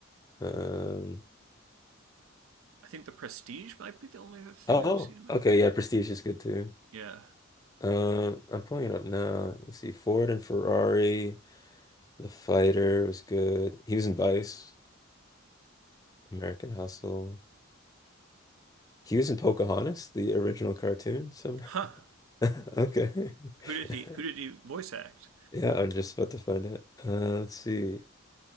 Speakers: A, on the left; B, on the right.
A: Um
B: I think The Prestige might be the only other thing
A: oh,
B: I've seen him in.
A: okay, yeah, Prestige is good too.
B: Yeah.
A: Um I'm pulling it up now. Let's see. Ford and Ferrari, The Fighter was good. He was in Vice, American Hustle. He was in Pocahontas, the original cartoon. So
B: Huh.
A: <laughs> okay.
B: Who did
A: <laughs>
B: he Who did he voice act?
A: Yeah, I'm just about to find out. Uh, let's see.